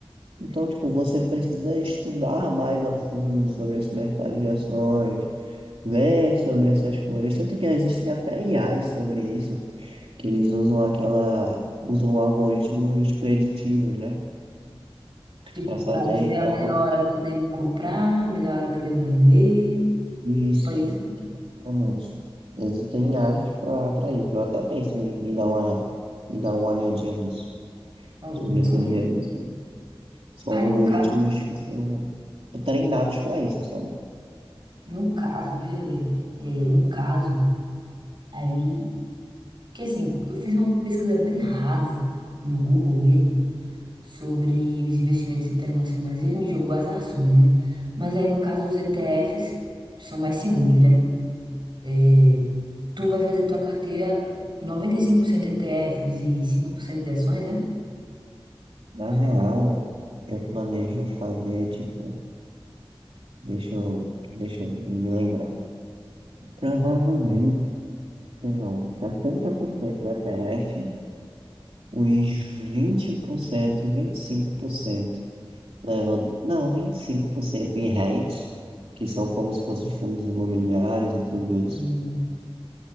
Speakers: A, on the right; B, on the right.
A: Então, tipo, você precisa estudar mais a fundo sobre esse mercado de ações, ver sobre essas coisas. Tanto que existem até IAs sobre isso, que eles usam aquela, usam algoritmos preditivos, né?
B: Tipo,
A: Para saber
B: pra dizer
A: e
B: a
A: tal.
B: melhor hora que eu devo comprar, a melhor hora que eu devo vender.
A: Isso,
B: Tipo, é isso.
A: exatamente. Existem IAs para para isso. Eu até penso em, em dar uma, em dar uma olhadinha nisso,
B: Oh,
A: sobre
B: me
A: essas
B: deu uma
A: IAs,
B: dica.
A: assim. São
B: Aí,
A: algoritmos
B: no caso,
A: que são treinados para isso, sabe?
B: no caso, veja bem, é, no caso, aí, que assim, eu fiz uma pesquisa bem rasa no Google mesmo sobre os investimentos internacionais e ele me jogou as ações, né? Mas aí, no caso, os ETFs são mais seguros, né? É, Tu vai fazer tua carteira 95% ETFs e T Fs e 5% de ações, né?
A: Na real, eu planejo fazer, tipo, deixa eu, deixa eu me lembrar. Provavelmente serão 70% ETF, uns vinte vinte por cento vinte e cinco por cento levando, não, 25% em REITs, que são como se fossem fundos imobiliários e tudo isso.
B: Uhum.